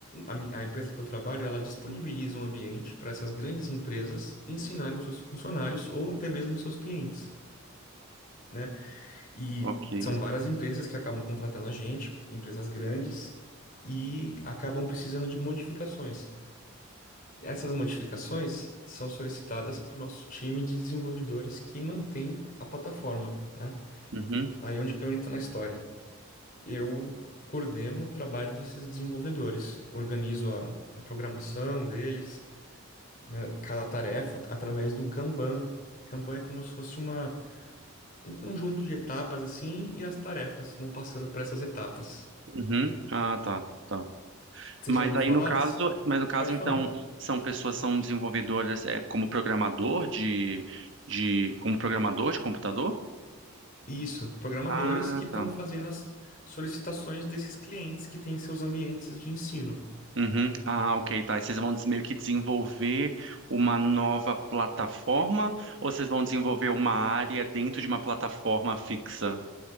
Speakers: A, on the left; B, on the right.
A: a, mi- a empresa que eu trabalho, ela disponibiliza um ambiente para essas grandes empresas ensinarem os seus funcionários ou até mesmo os seus clientes, né? E
B: Ok.
A: são várias empresas que acabam contratando a gente, empresas grandes e acabam precisando de modificações. Essas modificações são solicitadas para o nosso time de desenvolvedores que mantém a plataforma. né?
B: Uhum,
A: Aí onde que eu entro na história? Eu coordeno o trabalho desses desenvolvedores, organizo a, a programação deles, né, cada tarefa através do Kanban. Kanban é como se fosse uma, um conjunto de etapas assim e as tarefas vão passando por essas etapas.
B: uhum. Ah, tá. tá.
A: Você
B: Mas
A: já ouviu
B: aí
A: falar
B: no caso,
A: desse?
B: mas no caso
A: Pode
B: então
A: falar.
B: são pessoas são desenvolvedoras é, como programador de, de como programador de computador?
A: Isso, programadores
B: Ah,
A: que estão
B: tá.
A: fazendo as solicitações desses clientes que têm seus ambientes de ensino.
B: Uhum. Ah, ok, tá. E vocês vão des- meio que desenvolver uma nova plataforma ou vocês vão desenvolver uma área dentro de uma plataforma fixa?